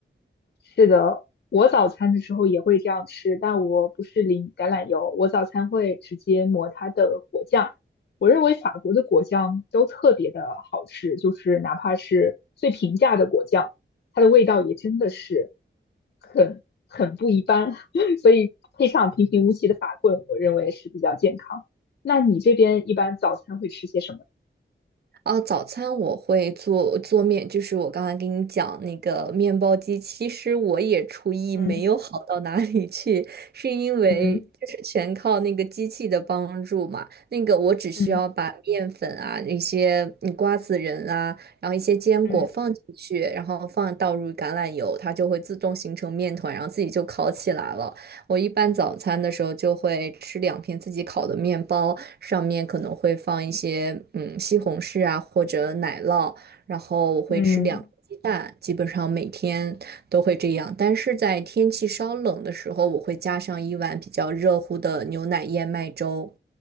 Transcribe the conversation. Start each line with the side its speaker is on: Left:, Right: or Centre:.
Left: 是的，我早餐的时候也会这样吃，但我不是淋橄榄油，我早餐会直接抹它的果酱。我认为法国的果酱都特别的好吃，就是哪怕是最平价的果酱，它的味道也真的是很很不一般。<laughs> 所以配上平平无奇的法棍，我认为是比较健康。那你这边一般早餐会吃些什么？
Right: 哦，早餐我会做做面，就是我刚才跟你讲那个面包机，其实我也厨艺没有好到哪里去，
Left: 嗯
Right: 是因为就是全靠那个机器的帮助嘛。
Left: 嗯
Right: 那个我只需要把面粉啊、
Left: 嗯
Right: 一些嗯瓜子仁啊，然后一些坚果放进去，
Left: 嗯
Right: 然后放倒入橄榄油，它就会自动形成面团，然后自己就烤起来了。我一般早餐的时候就会吃两片自己烤的面包，上面可能会放一些嗯西红柿啊或者奶酪，然后我会吃两个鸡蛋，
Left: 嗯
Right: 基本上每天都会这样。但是在天气稍冷的时候，我会加上一碗比较热乎的牛奶燕麦粥。